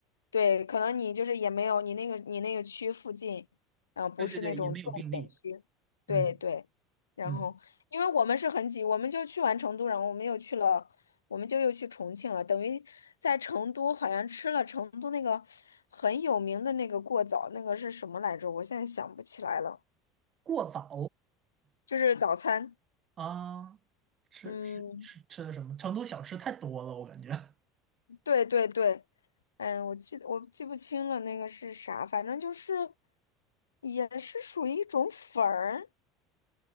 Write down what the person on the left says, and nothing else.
对，可能你就是也没有你那个你那个区附近，嗯、不是那种重点区，
对对。
然后，
因为我们是很挤，我们就去完成都，然后我们又去了，我们就又去重庆了，等于在成都好像吃了成都那个很有名的那个过早，那个是什么来着？我现在想不起来了，
就是早餐，
嗯，
对对对。嗯，我记得我记不清了，那个是啥，反正就是也是属于一种粉儿，